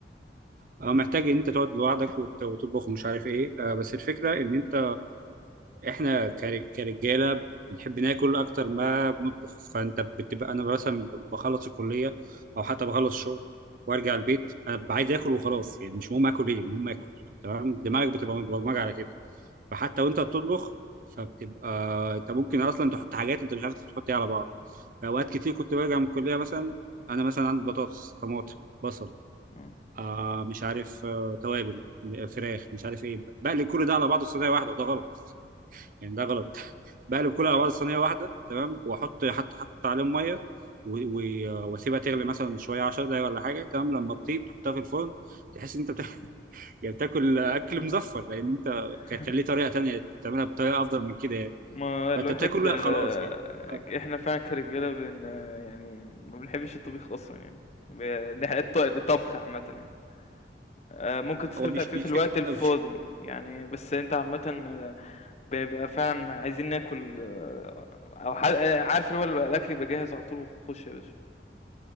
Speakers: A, on the right (about 50°); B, on the left (about 40°).
A: آه، محتاج ان انت تقعد لوحدك وت- وتطبخ ومش عارف ايه آه، بس الفكره ان انت احنا كر- كرجاله بنحب ناكل اكتر ما بنطبخ فانت بتبقى انا مثلا بخلص الكليه او حتى بخلص الشغل وارجع البيت انا ببقى عايز اكل وخلاص يعني مش مهم اكل ايه المهم اكل تمام دماغك بتبقى مبرمجه على كده فحتى وانت بتطبخ فبتبقى انت ممكن اصلا تحط حاجات انت مش عارف تحط ايه على بعض فاوقات كتير كنت برجع من الكليه مثلا انا مثلا عندي بطاطس طماطم بصل
B: إمم.
A: آه مش عارف آه توابل فراخ مش عارف ايه بقلب كل ده على بعضه في صينيه واحده وده غلط يعني ده غلط <laughs> بقلب كله على بعض صينيه واحده تمام واحط حتى حط عليهم ميه و- و- واسيبها تغلي مثلا شويه 10 دقايق ولا حاجه تمام لما تطيب تحطها في الفرن تحس ان انت بتاكل <laughs> يعني بتاكل اكل مزفر لان انت
B: <laughs>
A: كان كان ليه طريقه تانيه تعملها بطريقه افضل من كده يعني
B: ما الواحد
A: فانت بتاكل لا
B: آه،
A: خلاص يعني آه،
B: إحنا فعلًا كرجالة بن آه، يعني ما بنحبّش الطبيخ أصلًا يعني، ب نح الط الطبخ عامةً يعني. آآ ممكن تستمتع
A: هو مش
B: فيه
A: مش
B: في الوقت
A: فكره
B: الفاضي،
A: مش
B: يعني بس أنت عامةً آه، بيبقى فعلًا عايزين ناكل آه، أو ح آه، عارف اللي هو الأكل يبقى جاهز على طول وخُش يا باشا.